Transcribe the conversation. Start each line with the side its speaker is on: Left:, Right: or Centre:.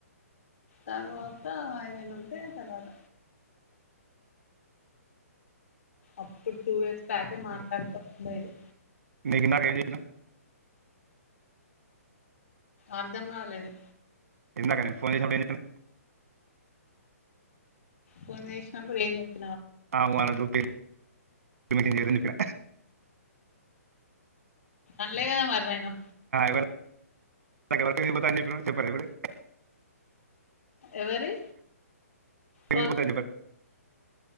Left: తర్వాత ఏదైనా ఉంటే తర్వాత అప్పుడు టూ ఇయర్స్ బ్యాకే మాట్లాడు
Right: ఓకే
Left: కొని ఉండే ఇది
Right: నీకు ఇందాక ల ఏం చెప్పినా
Left: అర్ధం కాలేదు
Right: ఇందాక నీకు ఫోన్ చేసినప్పుడు ఏం చెప్పినా
Left: ఫొన్ చేసినపుడు ఏం చెప్పాలే
Right: ఆ ఉ అనుడు వద్దు పెళ్ళి పెళ్లి జరగదని చెప్పిన
Left: వినలే కదా మరి నేను
Right: పో చెప్పాలదా ఇప్పుడు
Left: ఎవరి
Right: పేరు
Left: వో
Right: పోతా